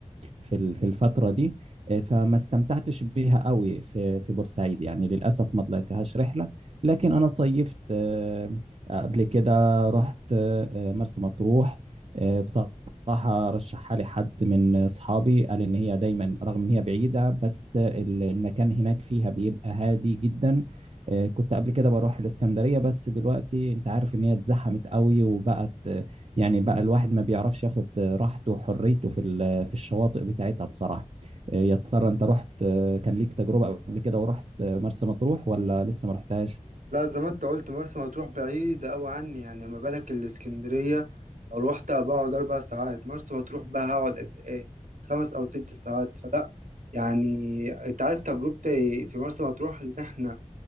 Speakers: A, on the right (about 50°); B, on the right (about 85°).
A: في ال في الفترة دي آه، فما استمتعتش بيها قوي في في بورسعيد يعني للأسف ما طلعتهاش رحلة لكن انا صيفت آه، قبل كده رحت آه، مرسى مطروح آه، بصراحة رشحها لي حد من أصحابي قال إن هي دايما رغم إن هي بعيدة بس ال- المكان هناك فيها بيبقى هادي جدا آه، كنت قبل كده بروح الإسكندرية بس دلوقتي أنت عارف إن هي اتزحمت قوي وبقت آه، يعني بقى الواحد ما بيعرفش ياخد آه، راحته وحريته في ال- في الشواطئ بتاعتها بصراحة آه، يا ترى أنت رحت آه، كان ليك تجربة قبل كده ورحت آه، مرسى مطروح ولا لسه ما رحتهاش؟
B: لا زي ما انت قلت مرسى مطروح بعيدة أوي عني يعني ما بالك الإسكندرية لو روحت بقعد أربع ساعات مرسى مطروح بقى هقعد قد إيه خمس أو ست ساعات فلا يعني أنت عارف تجربتي في مرسى مطروح إن إحنا